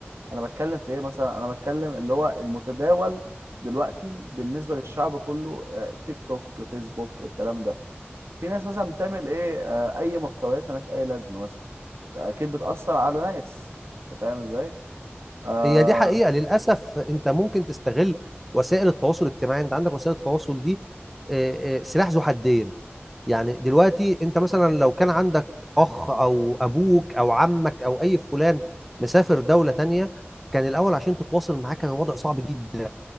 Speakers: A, on the right; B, in the centre.
A: انا بتكلم في ايه مثلا انا بتكلم اللي هو المتداول دلوقتي بالنسبه للشعب كله آه، تيك توك فيسبوك الكلام ده في ناس مثلا بتعمل ايه آه، اي محتويات ملهاش اي لازمه مثلا اكيد بتاثر على ناس انت فاهم ازاي آه
B: هي دي حقيقه للاسف انت ممكن تستغل وسائل التواصل الاجتماعي انت عندك وسائل التواصل دي إيه، إيه، سلاح ذو حدين يعني دلوقتي انت مثلا لو كان عندك اخ او ابوك او عمك او اي فلان مسافر دوله تانية كان الاول عشان تتواصل معاه كان الوضع صعب جدا